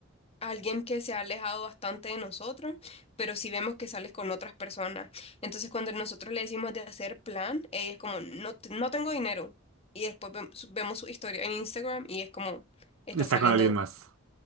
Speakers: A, on the left; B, on the right.
A: alguien que se ha alejado bastante de nosotros, pero si vemos que sales con otras personas. Entonces cuando nosotros le decimos de hacer plan, ella es como, no, te- no tengo dinero. Y después vem- su- vemos su historia en Instagram y es como, está
B: Está
A: saliendo
B: con alguien más.